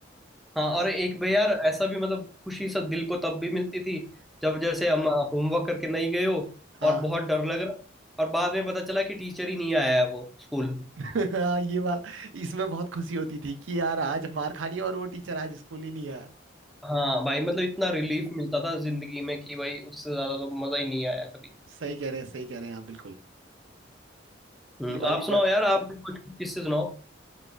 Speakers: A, in the centre; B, on the right (about 85°).
A: हाँ
B: कि
A: और एक भाई यार ऐसा भी मतलब खुशी सब दिल को तब भी मिलती थी जब जैसे हम होमवर्क करके नहीं गए हो
B: हाँ
A: और बहुत डर लग रहा और बाद में पता चला कि टीचर ही नहीं आया है वो स्कूल
B: <laughs> हाँ ये वाला इसमें बहुत खुशी होती थी कि यार आज मार खानी और वो टीचर आज स्कूल ही नहीं आया
A: हाँ भाई मतलब इतना रिलीफ मिलता था जिंदगी में कि भाई उससे ज्यादा तो मजा ही नहीं आया कभी
B: सही कह रहे हैं सही कह रहे हैं आप बिल्कुल
A: हम्म
B: ये वाली
A: आप सुनाओ
B: बात
A: यार आप भी कुछ किससे सुनाओ